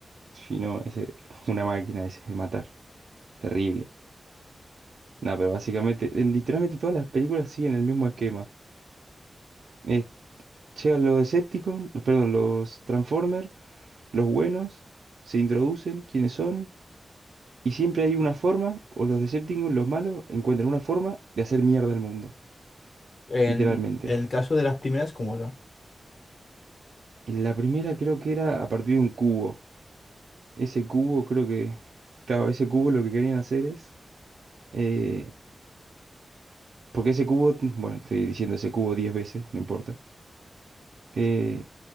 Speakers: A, on the right; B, on the left.
A: Si no, ese, una máquina ese de matar. Terrible. No, pero básicamente, en- literalmente todas las películas siguen el mismo esquema. Es- llegan los Decepticons, los- perdón, los Transformers, los buenos, se introducen, quiénes son, Y siempre hay una forma, o los Decepticons, los malos, encuentran una forma de hacer mierda al mundo,
B: En
A: literalmente.
B: el caso de las primeras, ¿cómo era?
A: En la primera creo que era a partir de un cubo. Ese cubo creo que, claro, ese cubo lo que querían hacer es, eh, porque ese cubo, bueno, estoy diciendo ese cubo 10 veces, no importa. Eh,